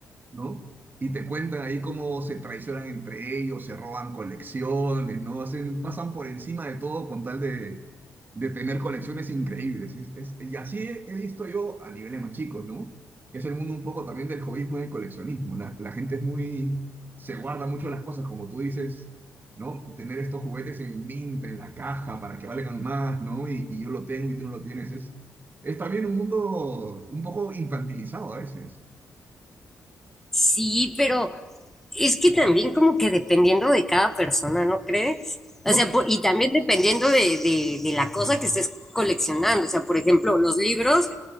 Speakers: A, on the right; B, in the centre.
A: ¿no? Y te cuentan ahí cómo se traicionan entre ellos, se roban colecciones, ¿no? Hacen, pasan por encima de todo con tal de, de tener colecciones increíbles. Es- es- y así he, he visto yo a niveles más chicos, ¿no? Es el mundo un poco también del hobbyismo y del coleccionismo. La, la gente es muy, se guarda mucho las cosas, como tú dices, ¿no? Tener estos juguetes en mint, en la caja, para que valgan más, ¿no? Y, y yo lo tengo y tú no lo tienes. Es, es también un mundo un poco infantilizado a veces.
B: Sí, pero es que también como que dependiendo de cada persona, ¿no crees?
A: No,
B: O sea,
A: Sí.
B: por- y también dependiendo de, de, de la cosa que estés coleccionando. O sea, por ejemplo, los libros,